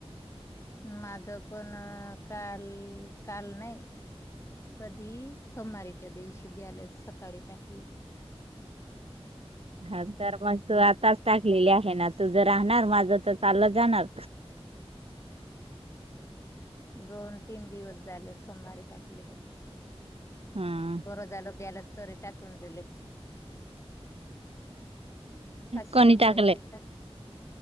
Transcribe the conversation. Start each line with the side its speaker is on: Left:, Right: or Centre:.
Left: माझ पण काल काल नाही कधी सोमारीच्या दिवशी ब्यालास सकाळी टाकली जाते.
Right: हा तर मग तू आताच टाकलेली आहे ना तू जर राहणार माझ तर चालच. जाणार
Left: गोन तिनी ओद्दले सोमारी टाकली ग.
Right: हा
Left: बरं झालं बॅलन्स. तरी त्याकून दिले पाचशे
Right: कोणी
Left: रुपये
Right: टाकलं.
Left: दिले